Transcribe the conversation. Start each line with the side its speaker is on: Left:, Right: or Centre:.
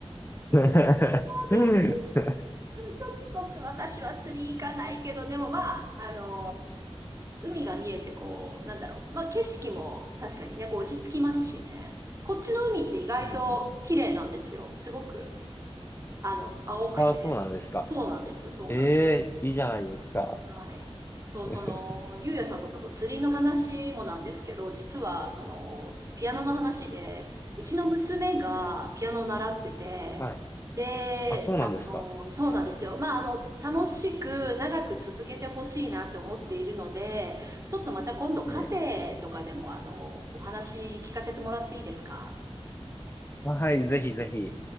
Left: <laughs> うんうん
Right: そうですね。ちょっとつ、私は釣り行かないけど、でもまあ、あの海が見えてこう、なんだろう。まあ、景色も確かにね、こう落ち着きますしね。こっちの海って意外と綺麗なんですよ。
Left: うん
Right: すごく、あの、青くて。
Left: あ <laughs> あ、そうなんですか。
Right: そうなんですよ、そうなんですよ
Left: ええいいじゃないですか。
Right: はい。そう、
Left: <laughs>
Right: その、ゆうやさんとその釣りの話もなんですけど、実はその、ピアノの話で、うちの娘がピアノを習ってて、
Left: はい。はい。
Right: で、
Left: あ、そうなんですか。
Right: あの、そうなんですよ。まあ、あの、楽しく長く続けてほしいなって思っているので、ちょっとまた今度カフェとかでも、
Left: ね
Right: あの、お話聞かせてもらっていいですか
Left: はい、ぜひぜひ。